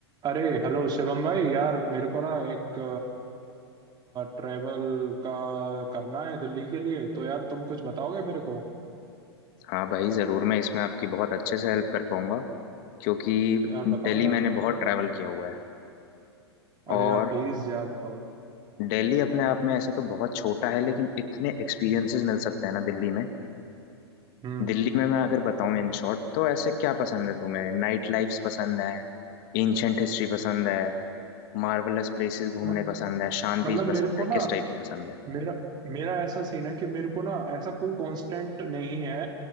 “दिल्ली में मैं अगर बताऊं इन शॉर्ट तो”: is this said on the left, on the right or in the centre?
Left